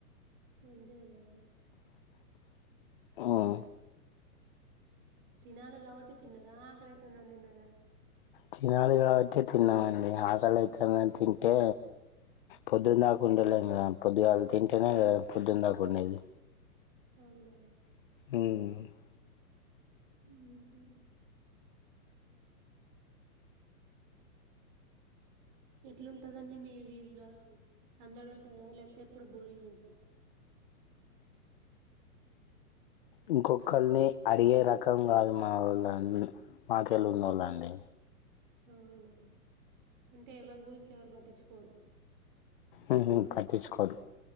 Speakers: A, on the right; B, on the left.
A: అంతేనా
B: ఉమ్
A: తినాలి కాబట్టి తిన్నార? ఆకలైతందని తిన్నార?
B: తినాలి కాబట్టి తిన్నామండి. ఆకలయితందని తింటే, పొద్దున్నదాక ఉండలేం కదా, పొద్దుగాళ్ తింటేనే కదా పొద్దున్న దాక ఉండేది.
A: అవునా
B: మ్
A: మ్ హు ఎట్లుంటదండి మీ వీదిలో సందడి ఉంటదా? లేకపోతే, ఎప్పుడు బోరింగ్ ఉంటదా?
B: ఇంకొకల్ని అడిగే రకం కాదు. మా వాళ్ళ అన్ ఉహు మాకెళ్ళ ఉన్నోళ్లండి.
A: అవునా, అంటే ఎవరి గురించి ఎవరు పట్టించుకోరు.
B: మ్ హు పట్టించుకోరు.